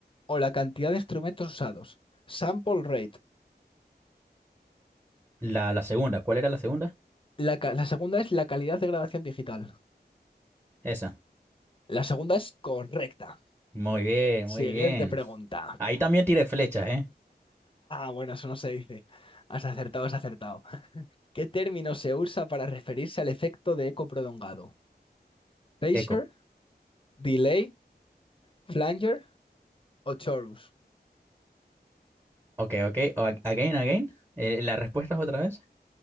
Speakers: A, on the left; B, on the right.
A: o la cantidad de instrumentos usados. Sample rate.
B: La, la segunda, ¿cuál era la segunda?
A: La, ca- la segunda es la calidad de grabación digital.
B: Esa.
A: La segunda es correcta.
B: Muy bien,
A: Siguiente
B: muy bien.
A: pregunta. <laughs>
B: Ahí también tiré flechas, ¿eh?
A: bueno, eso no se dice. Has acertado, has acertado. ¿Qué término se usa para referirse al efecto de eco prolongado? Pacer,
B: Eco.
A: delay, flanger o chorus.
B: Ok, ok. O- ag- Again, again. Eh, ¿las respuestas otra vez?